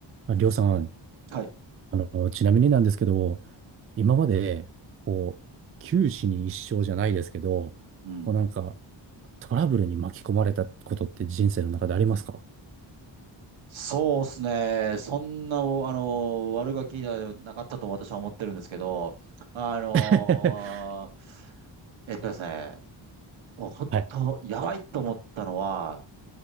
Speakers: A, on the right (about 30°); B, on the right (about 75°).
A: まあ、りょうさん、
B: はい。
A: あの、ちなみになんですけど、今まで、こう、九死に一生じゃないですけど、
B: うん。
A: こうなんか、トラブルに巻き込まれたことって人生の中でありますか
B: そうですね。そんな、おあの、悪ガキじゃなかったと私は思ってるんですけど、あの
A: <laughs>
B: えっとですね、本当、
A: はい。
B: やばいと思ったのは、